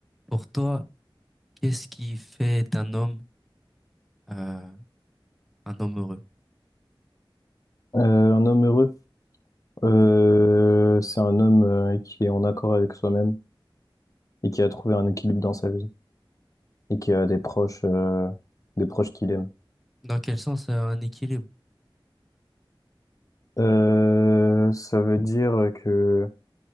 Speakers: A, in the centre; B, on the left.
A: Pour toi, qu'est-ce qui fait d'un homme euh, un homme heureux?
B: Euh, un homme heureux, euh,
A: Ouais.
B: c'est un homme euh, qui est en accord avec soi-même et qui a trouvé un équilibre dans sa vie et qui
A: ok.
B: a des proches, euh, des proches qu'il aime.
A: Dans quel sens euh, un équilibre?
B: Euh, ça veut dire que,